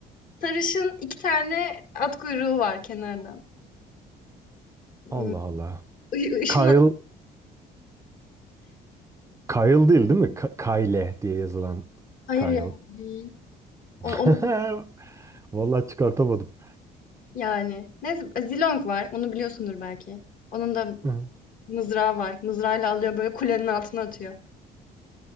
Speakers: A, on the left; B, on the right.
A: sarışın iki tane at kuyruğu var kenardan. Hmm,
B: Allah Allah.
A: ı- ışın
B: Kyle
A: at-
B: Kyle değil değil mi? Ka- Kyle diye yazılan
A: Hayır
B: Kyle.
A: ya değil. O-
B: <laughs>
A: Onu
B: Vallahi çıkartamadım.
A: Yani. Neyse e, Zilong var. Onu biliyorsundur belki. Onun da
B: Hı.
A: mızrağı var. Mızrağıyla alıyor böyle kulenin altına atıyor.